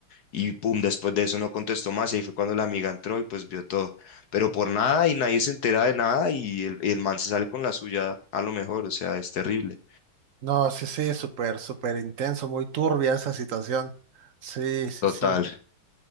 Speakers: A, on the left (about 65°); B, on the right (about 80°).
A: Y pum, después de eso no contestó más y ahí fue cuando la amiga entró y pues vio todo. Pero por nada y nadie se entera de nada y el, el man se sale con la suya a lo mejor, o sea, es terrible.
B: No, sí, sí, súper, súper intenso, muy turbia esa situación. Sí, sí,
A: Total,
B: sí.